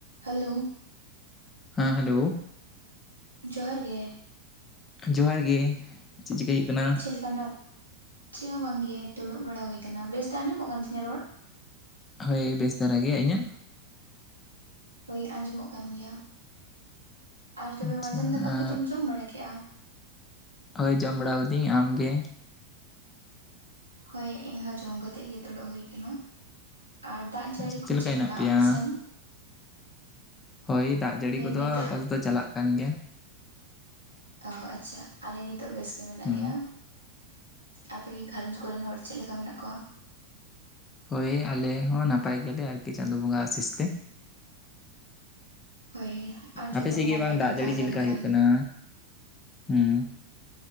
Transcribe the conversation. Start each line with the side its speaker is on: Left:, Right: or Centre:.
Right: Hello
Left: ᱦᱮᱸ hello
Right: ᱡᱚᱦᱟᱨ ᱜᱮ
Left: ᱡᱚᱦᱟᱨ ᱜᱮ ᱪᱮᱫ ᱪᱤᱠᱟᱹᱭ ᱦᱩᱭᱩᱜ ᱠᱟᱱᱟ?
Right: ᱪᱮᱫ ᱞᱮᱠᱟᱱᱟᱜ ᱪᱮᱫ ᱦᱚᱸ ᱵᱟᱝ ᱜᱮ ᱫᱩᱲᱩᱵ ᱵᱟᱲᱟ ᱦᱩᱭ ᱟᱠᱟᱱᱟ ᱵᱮᱥᱛᱮ ᱟᱸᱡᱚᱢᱚᱜ ᱠᱟᱱ ᱛᱤᱧᱟᱹ ᱨᱚᱲ?
Left: ᱦᱳᱭ ᱵᱮᱥ ᱫᱷᱟᱨᱟ ᱜᱮ ᱤᱧᱟᱹᱜ?
Right: ᱦᱳᱭ ᱟᱸᱡᱚᱢᱚᱜ ᱠᱟᱱ ᱜᱮᱭᱟ ᱟᱨ ᱛᱚᱵᱮ
Left: ᱟᱪᱪᱷᱟ
Right: ᱢᱟᱡᱟᱱ ᱫᱟᱠᱟ
Left: ᱟᱨ
Right: ᱠᱚᱫᱚᱢ ᱡᱚᱢ ᱵᱟᱲᱟ ᱠᱮᱫᱮᱜᱼᱟ?
Left: ᱦᱳᱭ ᱡᱚᱢ ᱵᱟᱲᱟᱣᱫᱟᱹᱧ ᱟᱢᱜᱮ?
Right: ᱦᱳᱭ ᱤᱧ ᱦᱚᱸᱡᱚᱢ ᱠᱟᱛᱮ ᱜᱮ ᱫᱩᱲᱩᱵ ᱦᱩᱭ ᱟᱠᱟᱱᱟ ᱟᱨ᱾ ᱫᱟᱜ ᱡᱟᱹᱲᱤ
Left: ᱟᱪᱪᱷᱟ
Right: ᱠᱚ ᱪᱮᱫ
Left: ᱦᱮᱱᱟᱜ
Right: ᱞᱮᱠᱟ
Left: ᱯᱮᱭᱟ?
Right: ᱚᱯᱮᱥᱮᱱ?
Left: ᱦᱳᱭ ᱫᱟᱜ ᱡᱟᱹᱲᱤ ᱠᱚᱫᱚ
Right: ᱱᱤᱛᱚᱜ
Left: ᱟᱯᱟᱛᱚᱛᱚ ᱪᱟᱞᱟᱜ ᱠᱟᱱ ᱜᱮᱭᱟ᱾
Right: ᱚ ᱟᱪᱪᱷᱟ ᱟᱞᱮ ᱱᱤᱛᱚᱜ ᱵᱮᱥᱜᱮ ᱢᱮᱱᱟᱜ
Left: ᱦᱩᱸ
Right: ᱞᱮᱭᱟ᱾ ᱟᱯᱮᱜᱮ ᱜᱷᱟᱨᱚᱸᱡᱽ ᱠᱚᱨᱮᱱ ᱦᱚᱲ ᱪᱮᱫ ᱞᱮᱠᱟ ᱢᱮᱱᱟᱜ ᱠᱚᱣᱟ?
Left: ᱦᱳᱭ ᱟᱞᱮ ᱦᱚᱸ ᱱᱟᱯᱟᱭ ᱜᱮᱭᱟᱞᱮ ᱟᱨᱠᱤ ᱪᱟᱸᱫᱳ ᱵᱚᱸᱜᱟ ᱟᱥᱤᱥ ᱛᱮ᱾
Right: ᱦᱳᱭ ᱟᱨ ᱡᱚᱛᱚ
Left: ᱟᱯᱮ ᱥᱮᱫ ᱜᱮ
Right: ᱱᱟᱯᱟᱭ
Left: ᱵᱟᱝ ᱫᱟᱜ
Right: ᱵᱚᱱ
Left: ᱡᱟᱹᱲᱤ
Right: ᱛᱟᱦᱮᱸ
Left: ᱪᱮᱫ
Right: ᱞᱮᱱ
Left: ᱞᱮᱠᱟ
Right: ᱠᱷᱟᱱ
Left: ᱦᱩᱭᱩᱜ ᱠᱟᱱᱟ? ᱦᱩᱸ